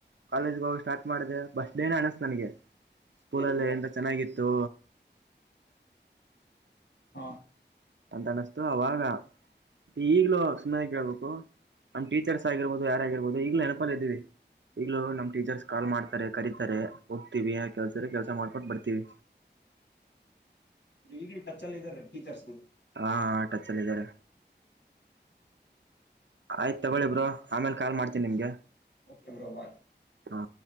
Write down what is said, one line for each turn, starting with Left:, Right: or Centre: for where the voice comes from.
Right: ಕಾಲೇಜ್ಗ ಹೋಗ ಸ್ಟಾರ್ಟ್ ಮಾಡಿದೆ ಫ್ರಿಸ್ಟ್ ಡೇನ ಅನೀಸ್ತು ನನಗೆ ಸ್ಕೂಲಲ್ಲಿ
Left: ಏನಂತ
Right: ಎಂತ ಚೆನ್ನಾಗಿತ್ತು.
Left: ಹಾ
Right: ಅಂತ ಅನಿಸ್ತು ಅವಾಗ. ಈಗ್ಲೂ ಸುಮ್ಮನೆಗಿ ಕೇಳ್ಬೇಕು ನಮ್ ಟೀಚರ್ಸ್ ಆಗಿರ್ಬೋದು ಯಾರಗಿರ್ಬಹುದು ಈಗ್ಲೂ ನೆನಪಲ್ಲಿ ಇದ್ದೀವಿ. ಈಗ್ಲೂ ನಮ್ ಟೀಚರ್ಸ್ ಕಾಲ್ ಮಾಡ್ತಾರೆ ಕರೀತಾರೆ ಹೋಗ್ತೀವಿ ಕೆಲ್ಸ್ರ ಕೆಲ್ಸ ಮಾಡ್ಕೊಂಡು ಬರ್ತೀವಿ.
Left: ಈ ಟಚ್ ಅಲ್ಲಿ ಇದಾರೆ ಟೀಚರ್ಸ್ಗೆ.
Right: ಹಾ ಟಚ್ಲ್ಲ ಇದಾರೆ ಆಯ್ತು ತಕೊಳ್ಳಿ ಬ್ರೋ ಆಮೇಲೆ ಕಾಲ್ ಮಾಡ್ತನಿ ನಿಮ್ಗೆ.
Left: Okay bro bye.
Right: ಹಾ